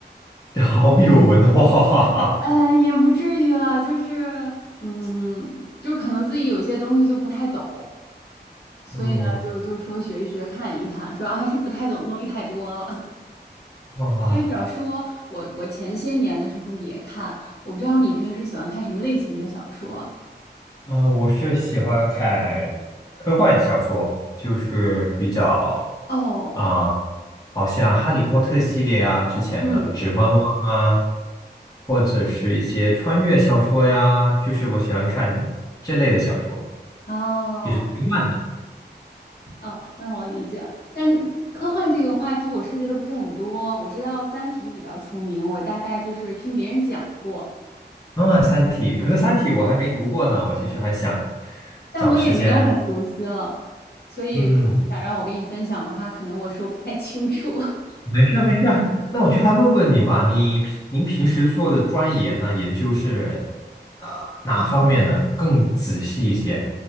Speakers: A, on the left (about 20°); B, on the left (about 65°).
A: <laughs> 好有文化，
B: 呃，也不至于啦，就是嗯，就可能自己有一些东西就不太懂，所以呢，
A: <laughs> 嗯，
B: 就就说学一学，看一看，主要还是不太懂的东西太多了。
A: 哇。
B: 但是小说，我我前些年的时候也看，我不知道你平时喜欢看什么类型的小说
A: 啊，我是喜欢看科幻小说，就是比较
B: 哦，
A: 啊、好像《哈利波特》系列啊，之前的《指环王》啊，
B: 嗯，
A: 或者是一些穿越小说呀，就是我喜欢看这类的小说，
B: 哦
A: 就是科幻的。
B: 哦，那我理解。但是科幻这个话题我涉及的不是很多，我知道《三体》比较出名，我大概就是听别人讲过，
A: 啊，《三体》，可是《三体》我还没读过呢，我其实还想
B: 但我也没有很熟悉了，
A: 找时间，
B: 所以如果你想让我跟你分享的话，
A: 嗯。
B: 可能我说不太清楚。
A: 没事啊没事啊。那我就来问问你吧，你平您平时做的专研呢，研究是呃哪方面呢？更仔细一些。